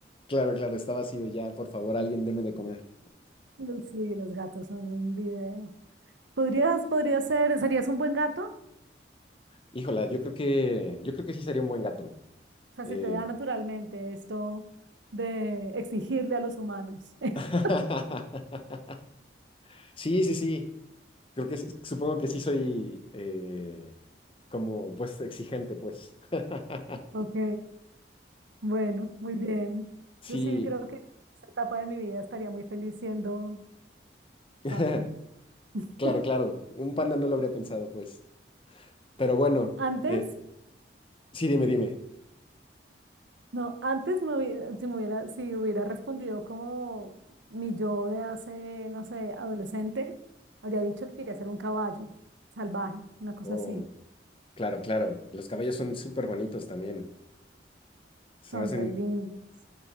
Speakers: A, on the left; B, on the right.
A: Claro, claro, está vacío ya, por favor, alguien deme de comer.
B: <laughs> sí, los gatos son un video. ¿Podrías, podrías ser, serías un buen gato?
A: Híjola, yo creo que, yo creo que sí sería un buen gato.
B: O sea,
A: Eh,
B: se te da naturalmente esto de exigirle a los humanos. <laughs>
A: <laughs> Sí, sí, sí. Creo que es- supongo que sí soy eh, como pues exigente, pues. <laughs>
B: Ok, bueno, muy bien.
A: Sí,
B: Yo sí creo que en esta etapa de mi vida estaría muy feliz siendo
A: <laughs>
B: panda.
A: claro,
B: <laughs>
A: claro. Un panda no lo habría pensado, pues. Pero bueno,
B: Antes,
A: eh, sí, dime, dime.
B: No, antes me hubiera, si me hubiera, si hubiera respondido como mi yo de hace, no sé, adolescente, habría dicho que quería ser un caballo salvaje, una cosa
A: Oh,
B: así.
A: claro, claro. Los caballos son súper bonitos también. Se
B: Son
A: me hacen,
B: re lindos.